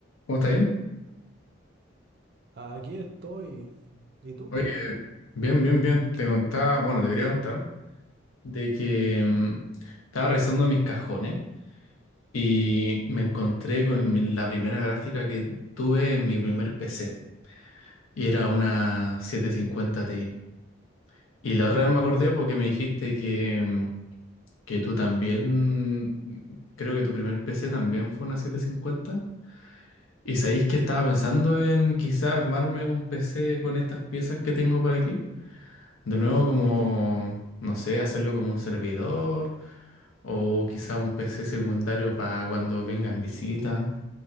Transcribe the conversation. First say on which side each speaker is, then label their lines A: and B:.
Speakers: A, on the left; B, on the right.
A: ¿Cómo está ahí?
B: Aquí estoy. ¿Y tú?
A: Oye, bien, bien, bien. Te contaba, bueno, te quería contar de que mm, estaba revisando mis cajones y me encontré con mi- la primera gráfica que tuve en mi primer PC y era una 750 Ti. Y la
B: Ya.
A: otra vez me acordé porque me dijiste que, mm, que tú también, mm, creo que tu primer PC también fue una 750. Y sabéis que estaba pensando en quizás armarme un PC con estas piezas que tengo por aquí. De nuevo, como, no sé, hacerlo como un servidor o quizá un PC secundario para cuando vengan visitas.